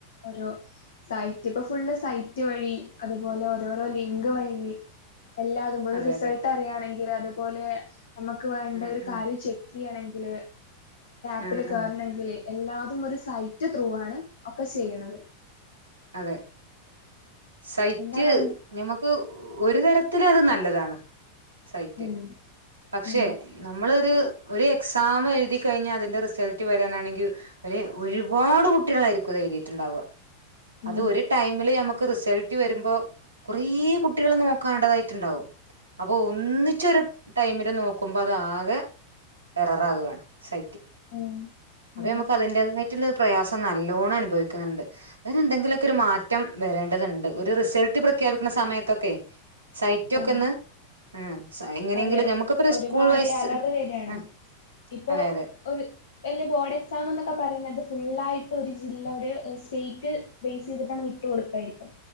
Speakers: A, on the left; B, on the right.
A: ഓരോ സൈറ്റ് ഇപ്പൊ ഫുള്ള് സൈറ്റ് വഴി, അതുപോലെ ഓരോരോ ലിങ്ക് വഴി എല്ലാതും ഒരു
B: അതെ
A: റിസൾട്ട്
B: അതെ
A: അറിയാണെ എങ്കിൽ അതുപോലെ നമുക്ക് വേണ്ട
B: ഉം
A: ഒരു
B: ഉം
A: കാര്യം ചെ റ്റിയാണെകിൽ പ്പില്ല്
B: ആഹ്
A: കാരണഗില്
B: ആഹ്
A: എല്ലാതും ഒരു സൈറ്റ് ത്രൂ ആണ് ഒക്കെ ചെയ്യണത്
B: അതെ സൈറ്റ്
A: എന്താണ് അതിന്റെ
B: ഞമ്മക് ഒരു തരത്തില് അത് നല്ലതാണ് സൈറ്റ്
A: ഉം
B: പക്ഷെ
A: ഉം
B: നമ്മളൊരു ഒരു എക്സാം എഴുതി കഴിഞ്ഞ് അതിന്റെ റിസൾട്ട് വരാനാണെങ്കിൽ ഒരു ഒരുപാട് കുട്ടികളായിരിക്കും അത് എഴുതിട്ടുണ്ടാവ
A: ഉം
B: അത് ഒരു ടൈമില് ഞമ്മ ക്ക് റിസൾട്ട് വരുമ്പോ കുറേ കുട്ടികള് നോക്കണ്ടതായിട്ടുണ്ടാവും അപ്പൊ ഒന്നിച്ചൊരു ടൈമില് നോക്കുമ്പോ അതാകെ എററാകാണ് സൈറ്റ്
A: ഉം
B: അതെ
A: ഉം
B: ഞമ്മക്ക് അതിന്റതായിട്ടുള്ള പ്രയാസം നല്ലോണം അനുഭവിക്കും ണ്ട് അതിനെന്തെങ്കിലൊക്കെ ഒരു മാറ്റം വരേണ്ടതുണ്ട് ഒരു റിസൾട്ട് പ്രഖ്യാപിക്കുന്ന സമയത്തൊക്കെ സൈറ്റൊക്കൊന്ന്
A: ഉം
B: ഉം എങ്ങനെയെങ്കിലും
A: അതെ
B: ഞമ്മക്കിപ്പോ
A: ഒരുപാട്
B: സ്കൂൾ വൈസ്
A: എററ് വെരാണ്
B: ആ
A: ഇപ്പൊ
B: അതെ അതെ
A: ഒരു വല്ല ബോഡ ക്സാം ന്നൊക്കെ പറേണത് ഫുള്ളായിട്ട് ഒരു ജില്ല ഒരു സ്റ്റേറ്റ് ബേസീതിട്ടങ് വിട്ട് കൊട്ക്കായിരിക്കും.